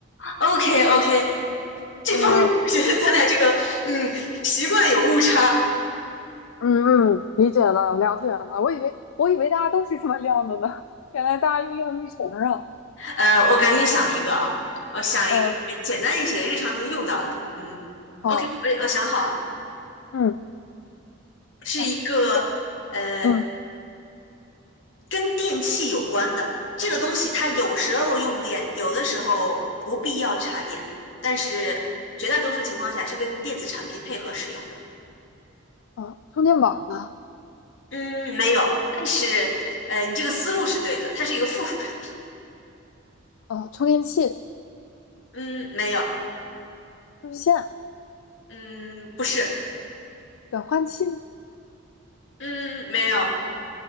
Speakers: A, on the left; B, on the left.
A: ，OK OK，这方面我觉得咱俩这个嗯习惯有误差。
B: <laughs> 呃，嗯嗯，理解了，了解了。我以为我以为大家都是这么亮的呢，<laughs> 原来大家用晾衣绳儿啊。
A: 呃，我赶紧想一个啊，我想一个简单一些、
B: 呃，
A: 日常能用到的。嗯，OK，
B: 好，
A: 我我想好了，
B: 嗯
A: 是一个呃
B: 啊，那个，嗯
A: 跟电器有关的这个东西，它有时候用电，有的时候不必要插电，但是绝大多数情况下是跟电子产品配合使用的。
B: 啊，充电宝吗？
A: 嗯，没有，但是呃，你这个思路是对的，它是一个附属产品。
B: 啊，充电器、
A: 嗯，没有，
B: 数据线、
A: 嗯，不是，
B: 转换器。
A: 嗯，没有，